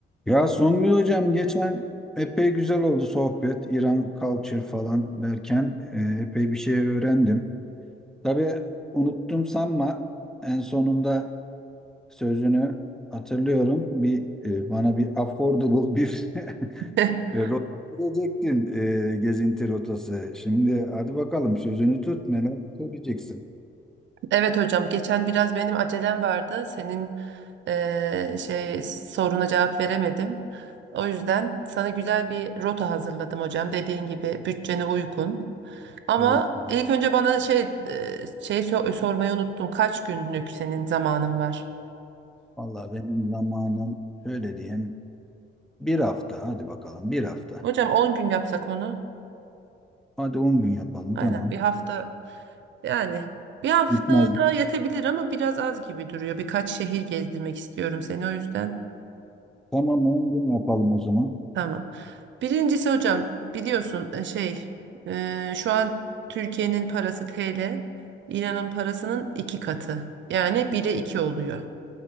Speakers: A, in the centre; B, on the right.
A: Ya Songül hocam geçen epey güzel oldu sohbet. İran culture falan derken e, epey bir şey öğrendim. Tabii unuttum sanma en sonunda sözünü hatırlıyorum. Bir e, bana bir affordable bir <laughs>
B: <laughs>
A: e, rota diyecektin e, gezinti rotası. Şimdi hadi bakalım sözünü tut neler söyleyeceksin.
B: Evet hocam, geçen biraz benim acelem vardı. Senin eee, şey soruna cevap veremedim. O yüzden sana güzel bir rota hazırladım hocam. Dediğin gibi bütçene uygun. Ama
A: Evet hocam.
B: ilk önce bana şey eee, şey so- sormayı unuttum. Kaç günlük senin zamanın var?
A: Vallahi benim zamanım öyle diyeyim bir hafta hadi bakalım bir hafta.
B: Hocam on gün yapsak onu.
A: Hadi 10 gün yapalım
B: Aynen
A: tamam.
B: bir hafta yani bir hafta
A: Gitmez.
B: da yetebilir ama biraz az gibi duruyor. Birkaç şehir gezdirmek istiyorum seni o yüzden.
A: Tamam 10 gün yapalım o zaman.
B: Tamam. Birincisi hocam biliyorsun e, şey e, şu an Türkiye'nin parası TL, İran'ın parasının iki katı. Yani bire iki oluyor.